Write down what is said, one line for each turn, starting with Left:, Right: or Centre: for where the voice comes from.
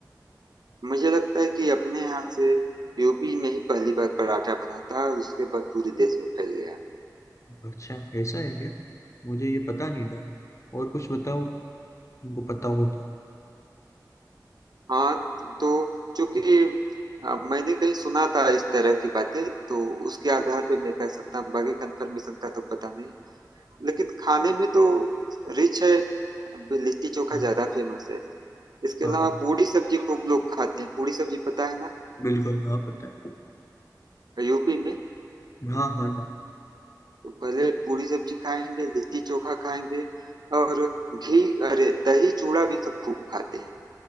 Right: मुझे लगता है कि अपने यहाँ से यूपी में ही पहली बार पराठा बना था और उसके बाद पूरे देश में फैल गया
Left: अच्छा ऐसा है क्या मुझे ये पता नहीं था और कुछ बताओ तुमको पता हो तो
Right: हाँ तो चूंकि अ, मैंने कहीं सुना था इस तरह की बातें तो उसके आधार पे मैं कह सकता हूँ बाकी कंफर्मेशन का तो पता नहीं लेकिन खाने में तो रिच है लिट्टी चोखा
Left: हाँ
Right: ज्यादा फेमस है इसके
Left: हाँ
Right: अलावा
Left: हाँ
Right: पूरी सब्जी खूब लोग खाते हैं पूरी सब्जी पता है ना
Left: बिल्कुल हाँ पता है
Right: यूपी में
Left: हाँ हाँ ना
Right: तो पहले पूरी सब्जी खाएंगे लिट्टी चोखा खाएंगे और घी अरे दही चूड़ा भी सब खूब खाते हैं